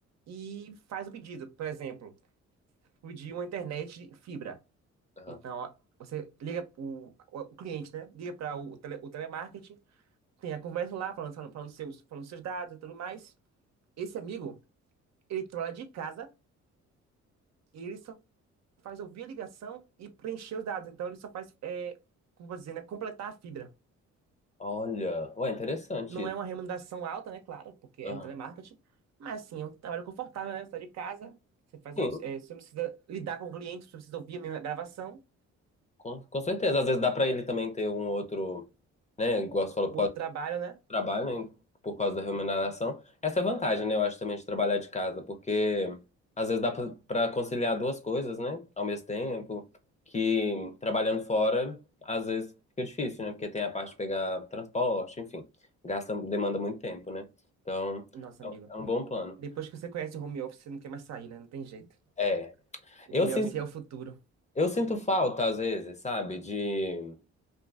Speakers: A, on the right; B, on the left.
A: e faz o pedido. Por exemplo, pedir uma internet de fibra.
B: aham.
A: Então, ó, você liga o, o, o cliente, né? Liga para o, tele, o telemarketing, tem a conversa lá, falando, falando, falando seus, falando seus dados e tudo mais. Esse amigo, ele trola de casa e ele só faz ouvir a ligação e preencher os dados. Então ele só faz, é, como eu vou dizer, né, completar a fibra.
B: Olha, ué, interessante
A: Não
B: isso.
A: é uma remuneração alta, né? Claro, porque
B: Aham.
A: é um telemarketing, mas assim, é um trabalho confortável, né? Você está de casa, você faz,
B: Sim,
A: é, você não precisa lidar com o cliente, você precisa ouvir a minha gravação,
B: com, com certeza. Às vezes dá pra ele também ter um outro, né? Igual você falou,
A: o
B: por causa
A: outro
B: do
A: trabalho, né?
B: trabalho, né, por causa da remuneração. Essa é a vantagem, né? Eu acho também de trabalhar de casa, porque às vezes dá pra pra conciliar duas coisas, né? Ao mesmo tempo, que trabalhando fora, às vezes fica difícil, né? Porque tem a parte de pegar transporte, enfim, gasta, demanda muito tempo, né? Então,
A: Nossa,
B: é
A: amigo,
B: um é um bom plano.
A: depois que você conhece o home office, você não quer mais sair, né? Não tem jeito.
B: É.
A: O
B: Eu
A: home
B: sinto
A: office é o futuro.
B: Eu sinto falta, às vezes, sabe, de